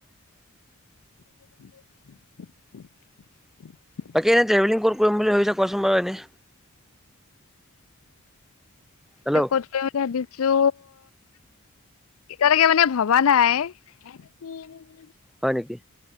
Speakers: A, on the left; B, in the centre.
A: <inaudible>
B: বাকী এনে ট্ৰেভেলিং কত কৰিম বুলি ভাবিছা কোৱাচোন বাৰু এনে হেল্ল'
A: এ ক'ত কইম ভাবিছো এতিয়ালেকে মানে ভবা নাই উম
B: হয় নেকি